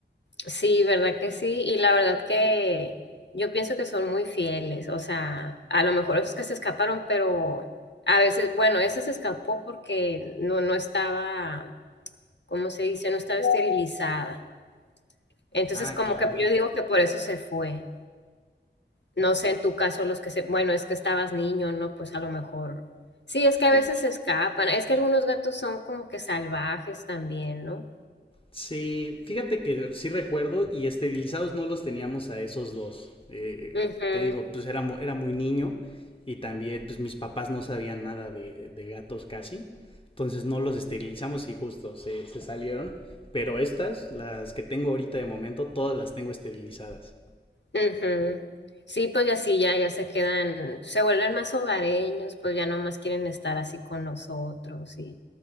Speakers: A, on the left; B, on the left.
A: Sí, verdad que sí. Y la verdad que yo pienso que son muy fieles. O sea, a lo mejor esos que se escaparon, pero a veces, bueno, ese se escapó porque no, no estaba, ¿cómo se dice? No estaba esterilizada. Entonces,
B: Ah,
A: como
B: claro.
A: que yo digo que por eso se fue. No sé, en tu caso, los que se, bueno, es que estabas niño, ¿no? Pues a lo mejor. Sí, es que a
B: Y-
A: veces se escapan. Es que algunos gatos son como que salvajes también, ¿no?
B: Sí, fíjate que sí recuerdo y esterilizados no los teníamos a esos dos. Eh,
A: Ujú.
B: te digo, pues era, mu- era muy niño y también pues mis papás no sabían nada de, de gatos casi. Entonces no los esterilizamos y justo se, se salieron. Pero estas, las que tengo ahorita de momento, todas las tengo esterilizadas.
A: Ujú. Sí, pues ya sí, ya, ya se quedan, se vuelven más hogareños, pues ya no más quieren estar así con nosotros y